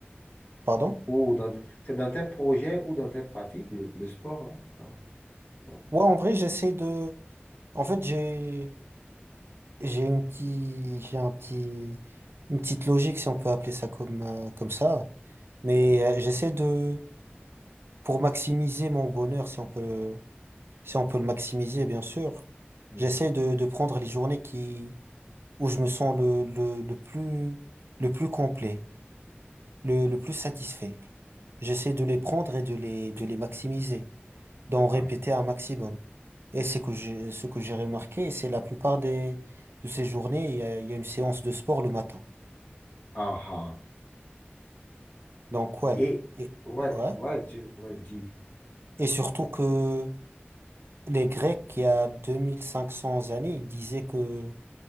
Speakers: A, on the right (about 70°); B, on the left (about 45°).
A: Pardon?
B: ou dans, c'est dans tes projets ou dans tes pratiques, le, le sport là? Non.
A: Ouais, en vrai, j'essaie de, en fait, j'ai, J'ai une petite, j'ai un petit, une petite logique, si on peut appeler ça comme, euh, comme ça. Mais
B: Ouais.
A: euh, j'essaie de, pour maximiser mon bonheur, si on peut, le- si on peut le maximiser, bien sûr,
B: Mhm.
A: j'essaie de, de prendre les journées qui, où je me sens le, le, le plus, le plus complet, le, le plus satisfait. J'essaie de les prendre et de les, de les maximiser, d'en répéter
B: Ouais.
A: un maximum. Et c'est que j'ai, ce que j'ai remarqué, c'est la plupart des, de ces journées, il y a, il y a une séance de sport le matin.
B: Aha.
A: Donc ouais,
B: Et
A: et
B: ouais,
A: ouais,
B: ouais, tu ouais, dis
A: et surtout que les Grecs, il y a 2500 années, ils disaient que